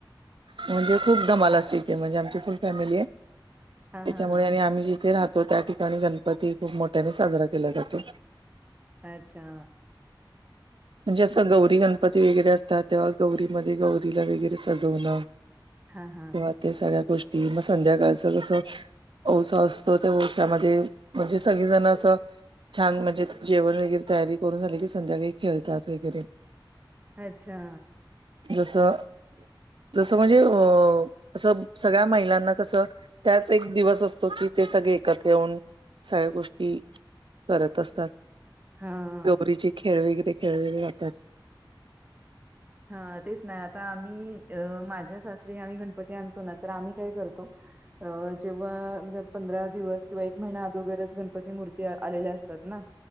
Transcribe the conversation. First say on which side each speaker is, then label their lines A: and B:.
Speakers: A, on the right; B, on the right.
A: म्हणजे खूप धमाला असते इथे म्हणजे आमची फुल फॅमिली आहे
B: हा
A: त्याच्यामुळे
B: हा हा
A: आणि आम्ही जे ते राहतो त्या ठिकाणी गणपती खूप मोठ्याने साजरा केला जातो.
B: अच्छा
A: म्हणजे असं गौरी गणपती वगैरे असतात तेव्हा गौरीमध्ये गौरीला वगैरे सजवणं.
B: हा हा.
A: किंवा ते सगळ्या गोष्टी मग संध्याकाळचं कसं वौसा असतो त्या वौसामध्ये म्हणजे सगजण असं छान म्हणजे जेवण वगैरे तयारी करून झाले की संध्याकाळी खेळतात वगैरे.
B: अच्छा
A: जसं जसं म्हणजे अ असं सगळ्या महिलांना कसं त्याच एक दिवस असतो की ते सगळे एकत्र येऊन सगळ्या गोष्टी करत असतात.
B: हा
A: गौरीचे खेळ वगैरे खेळले जातात.
B: हा तेच ना आता आम्ही अं माझ्या सासरी आम्ही गणपती आणतो ना तर आम्ही काय करतो अ जेव्हा पंधरा दिवस किंवा एक महिना अदोगर गण गणपती मूर्ती आलेल्या असतात ना